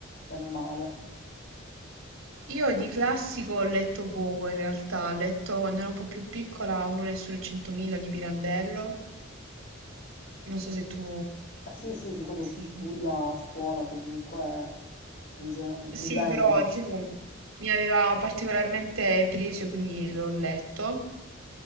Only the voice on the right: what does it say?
Io di classico ho letto poco in realtà, ho letto quando ero un po' più piccola Uno Nessuno e Centomila di Pirandello, non so se tu
sei...
Sì,
però diciamo mi aveva particolarmente preso, quindi l'ho letto.